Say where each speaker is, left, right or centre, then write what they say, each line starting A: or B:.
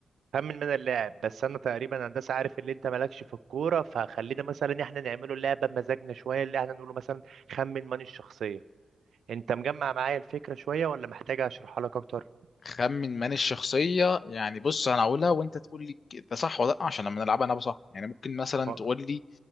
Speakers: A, on the right; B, on the left.
A: خمن من اللاعب بس انا تقريبا هندسه عارف اللي انت مالكش في الكوره فخلينا مثلا احنا نعمله لعبه بمزاجنا شويه اللي احنا نقوله مثلا خمن من الشخصيه انت مجمع معايا الفكره شويه ولا محتاج اشرحها لك اكتر
B: خمن من الشخصية يعني بص انا هقولها وانت تقول لي ده صح ولا لا عشان لما نلعبها انا صح يعني ممكن مثلا
A: خ...
B: تقول لي